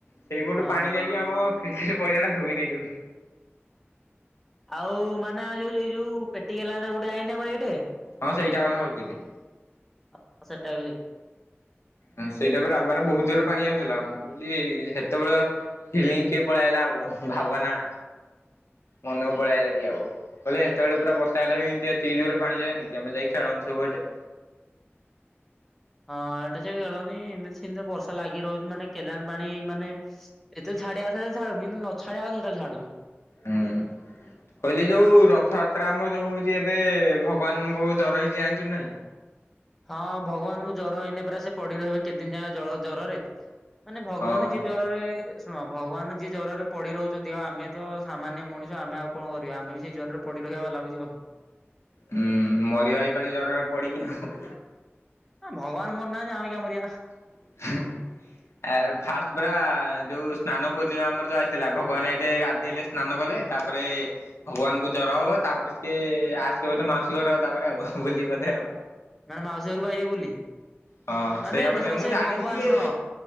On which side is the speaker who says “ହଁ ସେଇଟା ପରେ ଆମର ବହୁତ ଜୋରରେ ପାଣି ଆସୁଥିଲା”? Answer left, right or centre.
Left